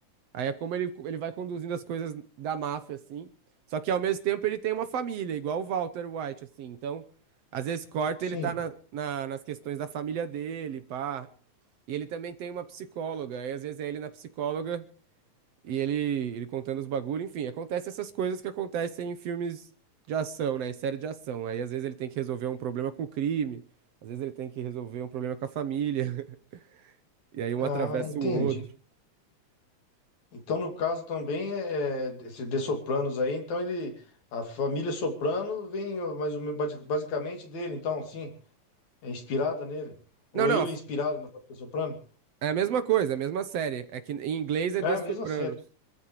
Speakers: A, on the right (about 65°); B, on the left (about 75°).
A: Aí é como ele, ele vai conduzindo as coisas da máfia, assim. Só que ao mesmo tempo ele tem uma família, igual o Walter White, assim. Então, às vezes corta,
B: Sim.
A: ele tá na, na- nas questões da família dele, pá. E ele também tem uma psicóloga. Aí às vezes é ele na psicóloga e ele, ele contando os bagulho. Enfim, acontece essas coisas que acontecem em filmes de ação, né? Em série de ação. Aí às vezes ele tem que resolver um problema com o crime. Às vezes ele tem que resolver um problema com a família. <laughs> E aí um
B: Ah,
A: atravessa
B: entendi.
A: o outro.
B: Então, no caso também, é, é, esse de Sopranos aí, então ele, a família Soprano vem ó, mais ou menos basi- basicamente dele, então, sim, é inspirada nele. Ou
A: Não, não.
B: ele é inspirado na família Soprano?
A: É a mesma coisa, é a mesma série. É que em inglês é
B: É
A: The
B: a
A: Sopranos.
B: mesma série.